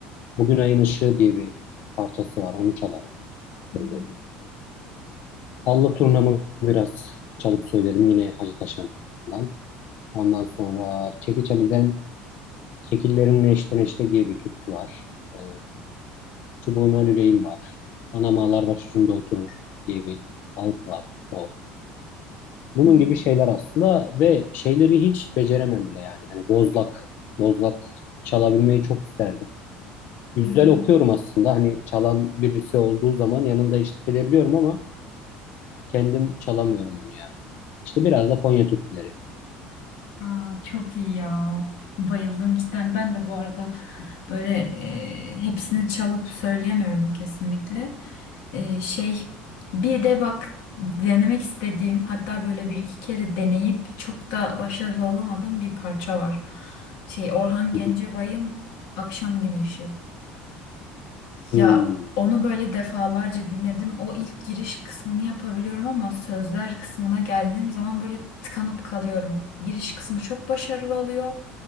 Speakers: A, on the left; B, on the left.
A: Bugün Ayın Işığı diye bir parçası var. Onu çalarım,
B: Hı
A: söylerim.
B: hı,
A: Allı Turnamı biraz çalıp söylerim yine Hacı Taşan'dan. Ondan sonra Çekiç Ali'den Kekillerin Neşte Neşte diye bir türkü var. E, Çubuğuna Lüleyim var. Anam ağlar başucumda oturur diye bir alt var. O. Bunun
B: hı hı, hı
A: gibi şeyler aslında ve şeyleri hiç beceremem bile yani. Hani bozlak, bozlak çalabilmeyi çok isterdim. Güzel
B: hı, hı
A: okuyorum
B: hı.
A: aslında. Hani çalan birisi olduğu zaman yanında eşlik edebiliyorum ama kendim çalamıyorum onu ya. İşte biraz da Konya türküleri.
B: Aa, çok iyi ya. Bayıldım cidden. Ben de bu arada böyle e, hepsini çalıp söyleyemiyorum kesinlikle. Ee, şey bir de bak denemek istediğim hatta böyle bir iki kere deneyip çok da başarılı olamadığım bir parça var. Şey Orhan Gencebay'ın
A: Hı hı.
B: Akşam Güneşi.
A: Hmm.
B: Ya onu böyle defalarca dinledim. O ilk giriş kısmını yapabiliyorum ama sözler kısmına geldiğim zaman böyle tıkanıp kalıyorum. Giriş kısmı çok başarılı oluyor.